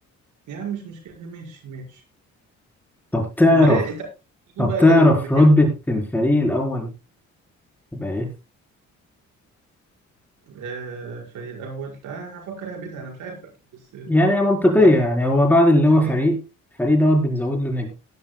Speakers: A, on the right; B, in the centre.
A: يا عم مش مشكلة ماشي ماشي
B: طب تعرف
A: امال ليه تعال نقول
B: طب
A: بقى
B: تعرف
A: ده النجمتين
B: رتبة الفريق الأول تبقى ايه؟
A: آه الفريق الاول تعال هفكر اهبدها انا مش عارف اكيد بس آه،
B: يعني هي منطقية
A: هو اكيد
B: يعني هو بعد اللي
A: اكيد
B: هو فريق الفريق دوت بنزود له نجم